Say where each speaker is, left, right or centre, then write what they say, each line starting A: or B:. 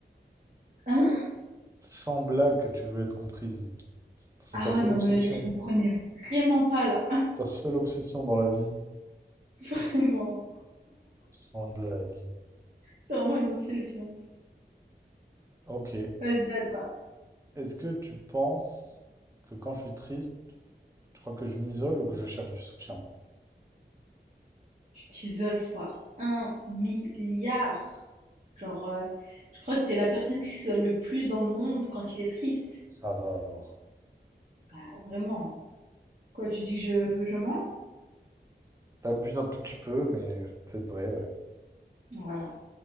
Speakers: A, on the right; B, on the right.
A: Hein?
B: Sans blague que tu veux être comprise. C'est c'est
A: Ah
B: ta seule
A: ouais, non
B: obsession.
A: mais je comprenais vraiment pas là,
B: C'est ta seule obsession dans la vie.
A: <laughs> vraiment.
B: Sans blague.
A: C'est vraiment une obsession.
B: Ok.
A: Vas-y, à toi.
B: Est-ce que tu penses que quand je suis triste, tu crois que je m'isole ou que je cherche du soutien?
A: Tu t'isoles fois un milliard. Genre, euh, je crois que t'es la personne qui s'isole le plus dans le monde quand il est triste.
B: Ça va alors.
A: Bah, vraiment. Quoi, tu dis que je, je mens?
B: T'abuses un tout petit peu, mais c'est de vrai, ouais.
A: Voilà.